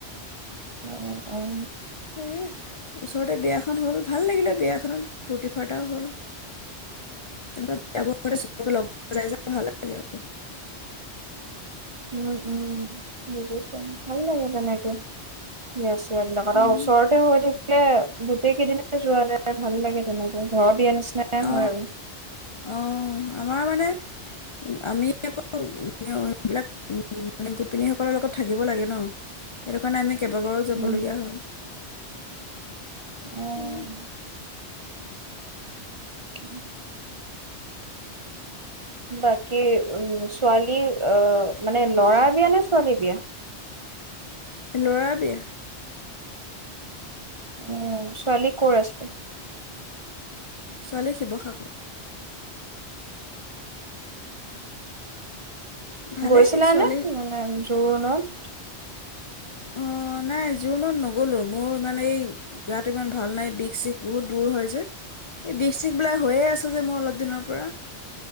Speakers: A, on the right; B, on the left.
A: অ', অ',
B: এই ওচৰতে বিয়াখন হ'ল, ভাল লাগিলে বিয়াখনত ফুৰ্তি ফাৰ্তা হ'ল, এনেকুৱা বিয়াবোৰ চবকে লগ পোৱা যায় যে, ভাল লাগে আৰু।
A: উম, উম, বুজিছোঁ ভাল লাগে তেনেকে বিয়া সেইবিলাকত
B: উম
A: আৰু ওচৰতে হৈ থাকিলে গোটেই কেইদিনেই যোৱা হ'লে ভাল লাগে তেনেকে ঘৰৰ বিয়াৰ নিচি নাই
B: অ
A: হোৱা আৰু
B: অ অ', আমাৰ মানে, আমি আকৌ সেইবিলাক গোপিনীসকলৰ লগত থাকিব লাগে ন? সেইটোকাৰণে আমি কেইবাবাৰো যাবলগীয়া
A: উম,
B: হয়।
A: অ',
B: এইহ
A: উম। বাকী উম, ছোৱালী অ' মানে ল'ৰা বিয়া নে ছোৱালী বিয়া?
B: ল'ৰাৰ বিয়া।
A: অ' ছোৱালী ক'ৰ আছে?
B: ছোৱালী শিৱসাগৰ। ভালেই
A: উম। গৈছিলা
B: ছোৱালী
A: নে? জোৰোণত
B: অ' নাই, জোৰোণত ন'গলো, মোৰ মানে এই গাটো ইমান ভাল নাই বিষ চিষ বহুত দূৰ হয় যে এই বিষ চিষ বোলে হৈয়ে আছে যে মোৰ অলপ দিনৰ পৰা।